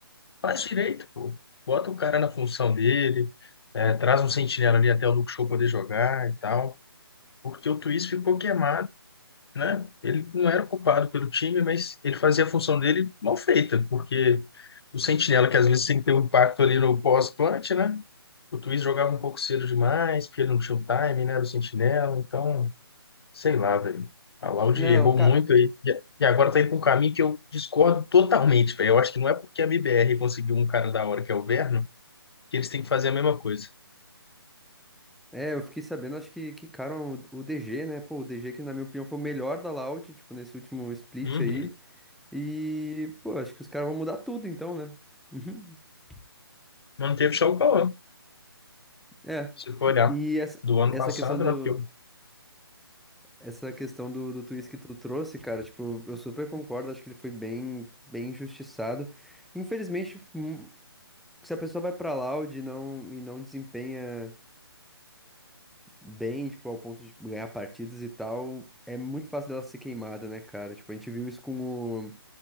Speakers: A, on the left (about 75°); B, in the centre.
A: faz direito, pô. Bota o cara na função dele, é, traz um sentinela ali até o Luke Shaw poder jogar e tal. Porque o Twist ficou queimado, né? Ele não era culpado pelo time, mas ele fazia a função dele mal feita, porque o sentinela, que às vezes tem que ter um impacto ali no pós-plant, né? O Twist jogava um pouco cedo demais, porque ele não tinha o time, né? Era o sentinela, então Sei lá, velho. A Laude
B: Não,
A: errou
B: cara.
A: muito aí. E e agora tá indo pra um caminho que eu discordo totalmente, velho. Eu acho que não é porque a MBR conseguiu um cara da hora que é o Verno, que eles têm que fazer a mesma coisa.
B: É, eu fiquei sabendo, acho que, que cara, o, o DG, né? Pô, o DG que, na minha opinião, foi o melhor da Loud, tipo, nesse último split
A: Uhum.
B: aí. E, pô, acho que os caras vão mudar tudo então, né? Uhum. <laughs>
A: Manteve só o Cauã,
B: É.
A: se for olhar.
B: E essa,
A: Do ano
B: essa
A: passado,
B: questão do.
A: né? Porque, o-
B: Essa questão do, do twist que tu trouxe, cara, tipo, eu super concordo, acho que ele foi bem, bem injustiçado. Infelizmente, hum, Se a pessoa vai pra Loud e não, e não desempenha bem, tipo, ao ponto de ganhar partidas e tal, é muito fácil dela ser queimada, né, cara? Tipo, a gente viu isso com o,